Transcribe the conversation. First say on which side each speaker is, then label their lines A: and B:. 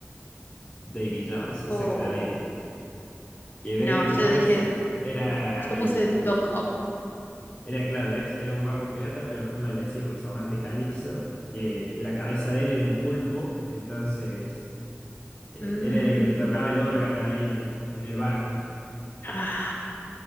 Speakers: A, on the left (about 25°); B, on the left (about 45°).
A: David Jones, exactamente.
B: O-
A: Que
B: No,
A: David
B: yo
A: Jones
B: dije,
A: era el
B: yo puse Doc Ock.
A: Era claro, ¿ves? Era un guapo pirata, pero fue maldecido por su amante Calipso, que la cabeza de él era un pulpo, entonces eh,
B: Mm,
A: él era el que tocaba el órgano ahí en el, en el barco.
B: ah.